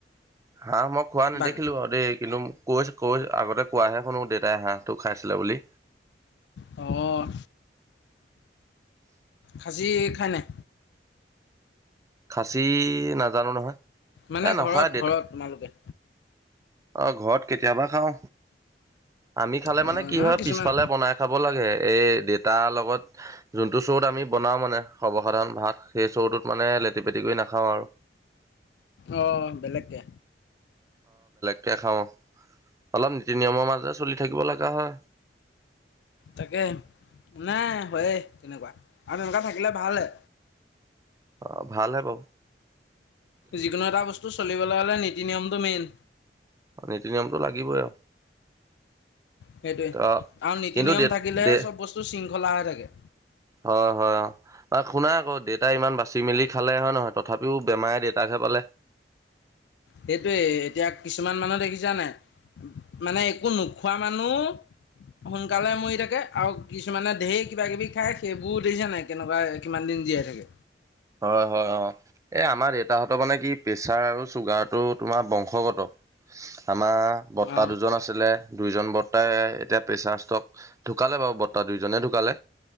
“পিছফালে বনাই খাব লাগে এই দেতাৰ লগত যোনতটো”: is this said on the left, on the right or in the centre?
Right